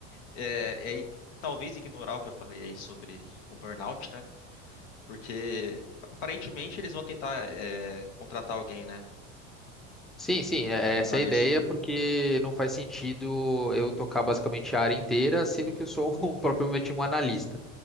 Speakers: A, on the left; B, in the centre.
A: é, é, talvez ignorar o que eu falei aí sobre o burnout, né? Porque aparentemente eles vão tentar eh, contratar alguém, né,
B: Sim, sim, é
A: pra te ajudar
B: essa é
A: nisso.
B: a ideia, porque não faz sentido eu tocar basicamente a área inteira, sendo que eu sou <laughs> um, propriamente um analista.